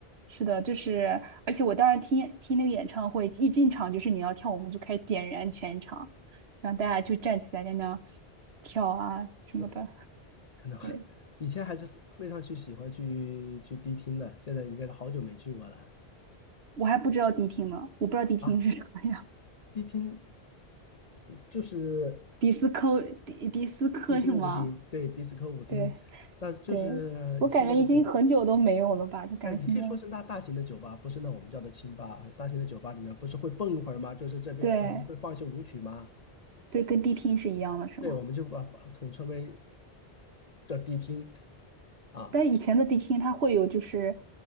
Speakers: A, on the right; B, on the left.
A: 是的，就是而且我当时听听那个演唱会，一进场就是你要跳舞我们就开始点燃全场，让大家就站起来在那跳啊什么的。
B: 是吧？可能 <laughs>
A: 对，
B: 以前还是非非常去喜欢去去迪厅的，现在应该是好久没去过了
A: 我还不知道迪厅呢，我不知道迪厅是什么样。
B: 啊。迪厅就是
A: 迪斯科迪迪斯科是吗？
B: 迪斯科舞厅，对，迪斯科舞厅，
A: 对
B: 但是就是你现在的酒
A: 对，我感觉已经很久都没有了吧，就感觉现在
B: 哎，你可以说是那大型的酒吧，不是那我们叫的清吧啊。大型的酒吧里面不是会蹦一会儿吗？就是这边我们会放一些舞曲吗？
A: 对对，跟迪厅是一样的，是吗？
B: 对，我们就把把统称为叫迪厅啊，
A: 但以前的迪厅它会有就是